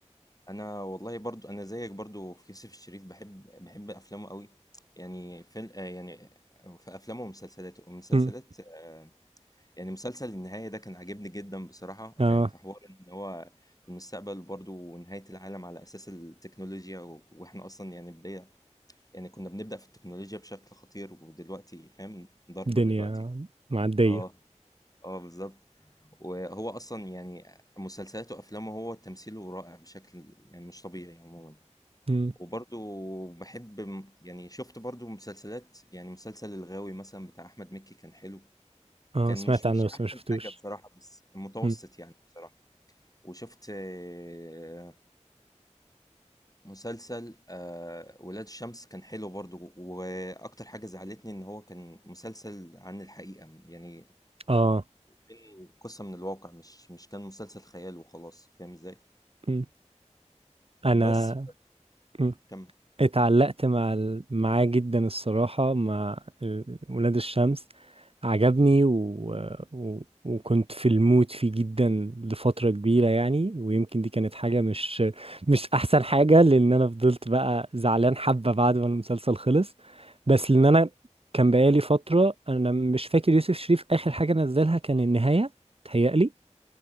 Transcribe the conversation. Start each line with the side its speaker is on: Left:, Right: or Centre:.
Left: انا والله برضو انا زيك برضو في يوسف الشريف بحب بحب افلامه قوي يعني في يعني في افلامه ومسلسلاته ومسلسلات
Right: مم.
Left: آه، يعني مسلسل النهايه ده كان عاجبني جدا بصراحه آه،
Right: اه
Left: في حوار ان هو في المستقبل برضو ونهايه العالم على اساس التكنولوجيا و- واحنا اصلا يعني بدايه يعني كنا بنبدا في التكنولوجيا بشكل خطير ودلوقتي فاهم ضربه
Right: الدنيا
Left: دلوقتي
Right: معدية
Left: اه اه بالظبط وهو اصلا يعني مسلسلاته وافلامه هو تمثيله رائع بشكل يعني مش طبيعي عموما
Right: مم.
Left: وبرضو بحب م- يعني شفت برضو مسلسلات يعني مسلسل الغاوي مثلا بتاع احمد مكي كان حلو
Right: اه
Left: كان
Right: سمعت
Left: مش مش
Right: عنه بس
Left: احسن
Right: ما شفتوش
Left: حاجة بصراحة بس متوسط
Right: مم.
Left: يعني بصراحة وشفت آه، مسلسل آه، ولاد الشمس كان حلو برضو واكتر حاجة زعلتني ان هو كان مسلسل عن الحقيقة يعني
Right: اه
Left: بين قصة من الواقع مش مش كان مسلسل خيال وخلاص فاهم ازاي
Right: م. انا
Left: بس
Right: م.
Left: كم
Right: اتعلقت مع ال- معاه جدا الصراحة مع ال- ولاد الشمس عجبني و... و... وكنت في المود فيه جدا لفترة كبيرة يعني ويمكن دي كانت حاجة مش مش أحسن حاجة لأن أنا فضلت بقى زعلان حبة بعد ما المسلسل خلص بس لأن أنا كان بقالي فترة أنا مش فاكر يوسف شريف آخر حاجة نزلها كان النهاية تهيألي